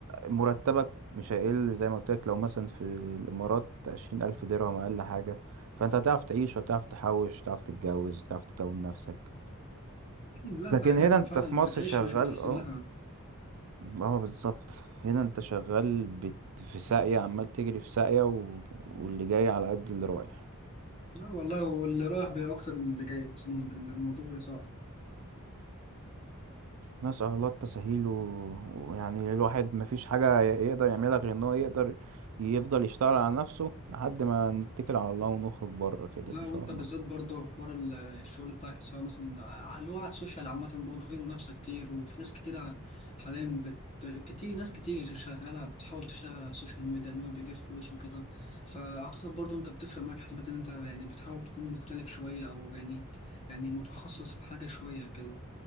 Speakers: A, on the right; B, on the left.
A: مرتبك مش هيقل زي ما قلت لك لو مثلا في الامارات عشرين الف درهم اقل حاجة فانت هتعرف تعيش وتعرف تحوش وتعرف تتجوز وتعرف تكون نفسك
B: أكيد لا أنت
A: لكن
B: هناك
A: هنا انت
B: فعلا
A: في مصر
B: بتعيش
A: شغال
B: مش بتحسب
A: اه
B: لها
A: اه بالظبط هنا انت شغال بت... في ساقية عمال تجري في ساقية و... واللي جاي على قد اللي رايح
B: لا والله واللي رايح بيه أكتر من اللي جاي أقسم بالله الموضوع بيبقى صعب
A: نسأل الله التسهيل و... ويعني الواحد مفيش حاجة ي- يقدر يعملها غير ان هو يقدر يفضل يشتغل على نفسه لحد ما نتكل على الله ونخرج بره كده
B: لا
A: ان
B: وأنت
A: شاء الله
B: بالذات برضه حوار ال- الشغل بتاعك سواء مثلا ع- اللي هو على السوشيال عامة برضه هي منافسة كتير وفي ناس كتير ع- حاليا بت... كتير ناس كتير شغالة بتحاول تشتغل على السوشيال ميديا إن هو بيجيب فلوس وكده فأعتقد برضه أنت بتفرق معاك حسب إن أنت يعني بتحاول تكون مختلف شوية أو يعني يعني متخصص في حاجة شوية كده